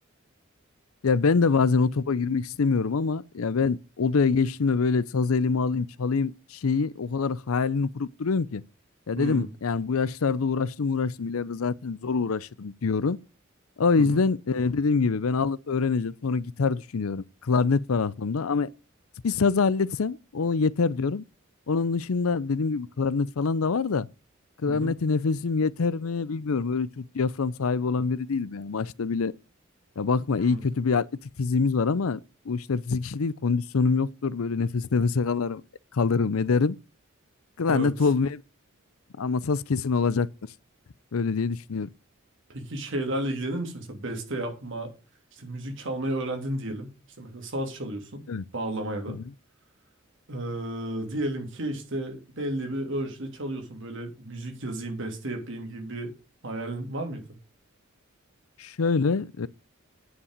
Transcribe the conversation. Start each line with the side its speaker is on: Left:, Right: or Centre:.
Left: Ya ben de bazen o topa girmek istemiyorum ama ya ben odaya geçtiğimde böyle sazı elime alayım çalayım şeyi o kadar hayalini kurup duruyorum ki. Ya
Right: diyeyim.
Left: dedim yani bu yaşlarda uğraştım uğraştım ileride zaten zor uğraşırım diyorum. O yüzden
Right: Hmm. <laughs>
Left: e, dediğim gibi ben alıp öğreneceğim sonra gitar düşünüyorum. Klarnet var aklımda ama bir sazı halletsem o yeter diyorum. Onun dışında dediğim gibi klarnet falan da var da klarneti
Right: Hı hı.
Left: nefesim yeter mi bilmiyorum. Öyle çok diyafram sahibi olan biri değilim yani maçta bile ya bakma
Right: Hı.
Left: iyi kötü bir atletik fiziğimiz var ama bu işler fizik işi değil. Kondisyonum yoktur. Böyle nefes nefese kalırım, kalırım ederim. Klarnet
Right: Evet.
Left: olmayabilir ama saz kesin olacaktır. Öyle diye düşünüyorum.
Right: Peki şeylerle ilgilenir misin? Mesela beste yapma, işte müzik çalmayı öğrendin diyelim. İşte mesela saz çalıyorsun,
Left: Evet.
Right: bağlamaya da.
Left: Hı hı.
Right: Ee, diyelim ki işte belli bir ölçüde çalıyorsun. Böyle müzik yazayım, beste yapayım gibi bir hayalin var mıydı?
Left: Şöyle,